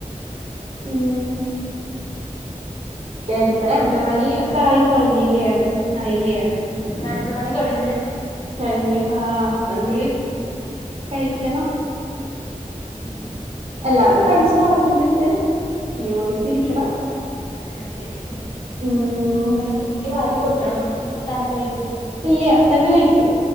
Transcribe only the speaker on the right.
ഉം. ഇപ്പ രണ്ട് മണി ഒക്കെ ആയി തുടങ്ങില്ല ആയില്ലേ
കഴിഞ്ഞു ആഹ് പ്പഞ്ഞീ കഴിക്കണം.
എല്ലാരും കഴിച്ച് തുടങ്ങിയിട്ടുണ്ട് ഇനി പോയിട്ടിരിക്കണം.
ഉം
ഇല്ല്യ തന്നെ കഴിക്കും.